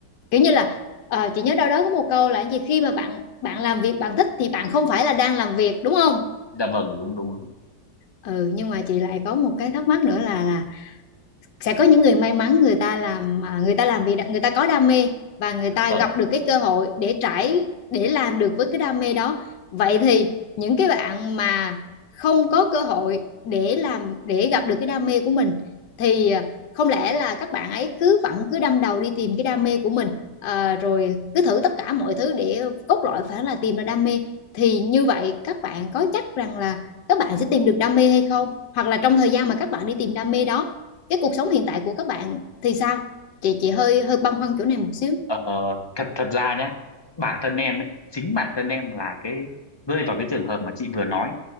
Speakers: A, on the left; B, on the left.
A: kiểu như là ờ, chị nhớ đâu đó có một câu là cái gì khi mà bạn bạn làm việc bạn thích thì bạn không phải là đang làm việc đúng không
B: dạ vâng đúng đúng đúng
A: ừ nhưng mà chị lại có một cái thắc mắc nữa là là sẽ có những người may mắn người ta làm à, người ta làm vì người ta có đam mê và người ta
B: dạ vâng
A: gặp được cái cơ hội để trải để làm được với cái đam mê đó vậy thì những cái bạn mà không có cơ hội để làm để gặp được cái đam mê của mình thì à, không lẽ là các bạn ấy cứ vẫn cứ đâm đầu đi tìm cái đam mê của mình à, rồi cứ thử tất cả mọi thứ để cốt lõi phải là tìm ra đam mê thì như vậy các bạn có chắc rằng là các bạn sẽ tìm được đam mê hay không hoặc là trong thời gian mà các bạn đi tìm đam mê đó cái cuộc sống hiện tại của các bạn thì sao chị chị hơi hơi băn khoăn chỗ này một xíu
B: ờ, thật thật ra nhá bản thân em ấy chính bản thân em là cái rơi vào cái trường hợp mà chị vừa nói